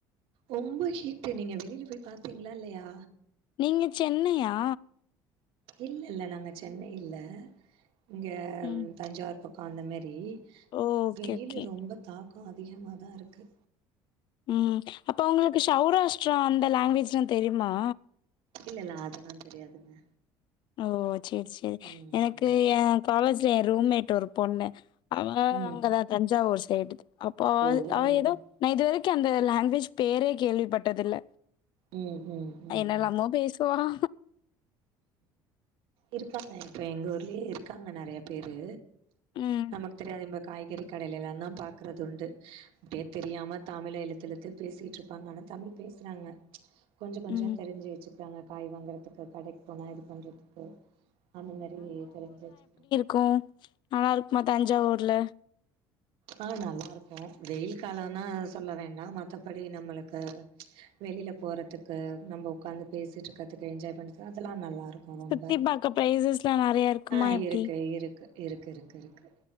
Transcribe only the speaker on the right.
ரொம்ப ஹீட்டு் நீங்க வெளில போய் பாத்தீங்களா இல்லையா
இல்ல இல்ல நாங்க சென்னை இல்ல இங்க
தஞ்சாவூர் பக் கோ அந்த மாரி
வெயிலு
ரொம்ப தாக்கோ அதிகமாதா இருக்கு
இல்ல இல்ல அதல்லா தெரியாதுங்க
ம்.
ம்.
ஓ!
ம் ம் ம்
இருக்காங்க அப்பறோ எங்க ஊர்லயே இருக்காங்க நறைய பேரு
நமக்கு தெரியாது இம்ப காய்கறி கடைலெல்லா தா பாக்கறது உண்டு அப்படியே தெரியாம தமிழ இழுத்து இழுத்து பேசிட்டு இரு ப்பாங்க ஆனா தமிழ் பேசுறாங்க கொஞ்ச கொஞ்ச
தெரிஞ்சு வச்சுப்பங்க காய் வாங்கறதுக்கு கடைக்கு போனா இது பண்றதுக்கு அந்த மாரி தெரிஞ்சு வச்சுக்கிறாங்க
ஆ நல்லா இருக்கு வெயில் காலனா சொல்ல வேணா மத்தபடி நம்மளுக்கு வெளில போறதுக்கு நம்ம உக்காந்து பேசிட்டு இருக்கிறதுக்கு என்ஜாய் பண்றது அதெல்லா நல்லா இருக் ரொம்ப
ஆ
இருக்கு இருக்கு இருக்கு இருக்கு இருக்கு